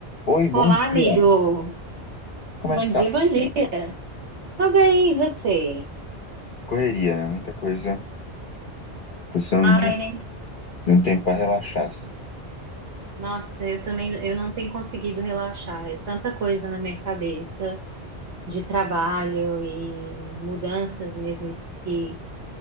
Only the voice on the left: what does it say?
Oi, bom
dia.
Como
é que
tá?
Correria, né? Muita coisa. Precisando
de,
de um tempo pra relaxar, assim.